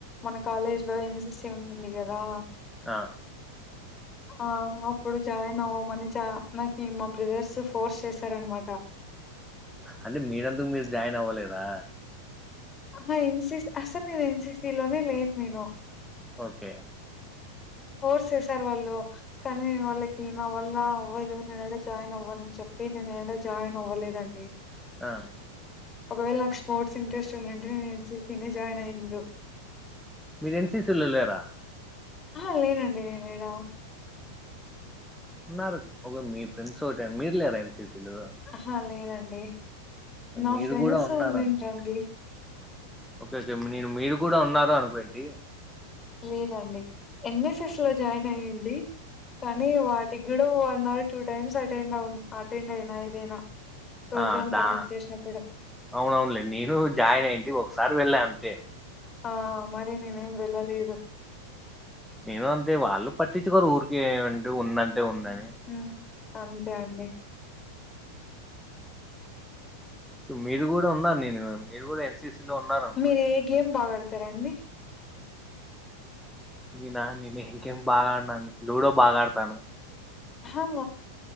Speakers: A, on the left; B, in the centre.
A: మన కాలేజ్ లో ఎన్ సి సి ఉన్నింది కదా
B: ఆ
A: ఆ అప్పుడు జాయిన్ అవ్వమని చా నాకి మా బ్రదర్స్ ఫోర్స్ చేసారన్నమాట
B: అంటే మీరంతకు మీరు జాయిన్ అవ్వలేదా
A: ఆహ ఎన్ సి స్ అస్సల్ నిను ఎన్ సి సి లేను నేను
B: ఓకే
A: ఫోర్స్ చేసారు వాళ్ళు కానీ నేను వాళ్ళకి నా వల్ల అవ్వదు నేను యడా జాయిన్ అవ్వనాని చెప్పి నేను యడా జాయిన్ అవ్వలేదండి
B: ఆ
A: ఒకవేళ నాకు స్పోర్ట్స్ ఇంట్రెస్ట్ ఉన్నింటే నేను ఎన్ సి సి నే జాయిన్ అయ్యిందు
B: మీరు ఎన్ సి సి లో లేరా
A: అహ లేేనండి నేను యేడా
B: ఉన్నారు ఒక మీ ఫ్రెండ్స్ ఒకటే మీరు లేర ఎన్ సి సి లో
A: అహ లేనండి నా
B: మీరు
A: ఫ్రెండ్స్
B: కూడా ఉన్నారు
A: ఉన్నిండ్రి
B: అనుకోండి
A: అండి
B: ఓకే ఓకే నేను మీరు కూడా ఉన్నారు అనుకోయింటి
A: లేదండి ఎన్ఎస్ఎస్ లో జాయిన్ అయ్యింటి కానీ వాటికి కూడా one or two times attend అవున అటెండ్ అయినా ఏదైనా ప్రోగ్రామ్
B: ఆ దా
A: కండక్ట్ చేసినప్పుడు
B: అవునవునులే నేను జాయిన్ అయ్యంటి ఒకసారి వెళ్ళా అంతే
A: ఆ మరి నేనేం వెళ్ళలేదు.
B: నేను అంతే వాళ్ళు పట్టించుకోరు ఊరికె ఏమంటే ఉందంటే ఉందని
A: మ్మ్ అంతే అండి
B: మీరు కూడా ఉన్నా నిను మీరు కూడా ఎన్సీసీలో ఉన్నారు అనుకోండి
A: మీరు ఏ గేమ్ బాగా ఆడతారండి
B: నినా నిను ఏం గేమ్ బాగా ఆడనాండి లూడో బాగా ఆడతాను
A: హా